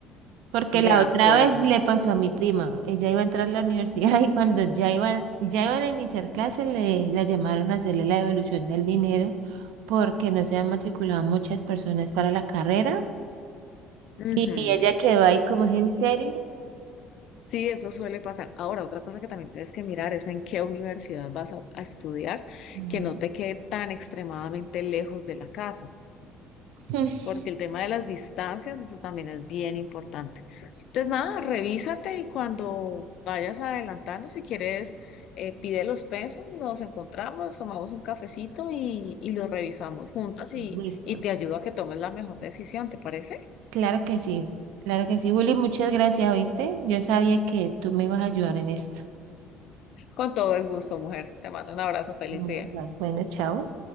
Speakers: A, on the right; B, on the left.
A: Porque
B: De
A: la
B: acuerdo.
A: otra vez le pasó a mi prima, ella iba a entrar a la universidad <laughs> y cuando ya iba, ya iban a iniciar clases le la llamaron a hacerle la devolución del dinero porque no se habían matriculado muchas personas para la carrera.
B: Ujú.
A: Y y ella quedó ahí como, ¿es en serio?
B: Sí, eso suele pasar. Ahora, otra cosa que también tienes que mirar es en qué universidad vas a, a estudiar,
A: Ujú.
B: que no te quede tan extremadamente lejos de la casa,
A: <laughs>
B: porque el tema de las distancias, eso también es bien importante. Entonces, nada, revísate y cuando vayas adelantando, si quieres, eh, pide los pesos, nos encontramos, tomamos un cafecito y, y lo revisamos juntas y,
A: Listo.
B: y te ayudo a que tomes la mejor decisión, ¿te parece?
A: Claro que sí. Claro que sí, Juli, muchas gracias, ¿oíste? Yo sabía que tú me ibas a ayudar en esto.
B: Con todo el gusto, mujer. Te mando un abrazo, feliz
A: Bueno,
B: día.
A: Bueno, chao.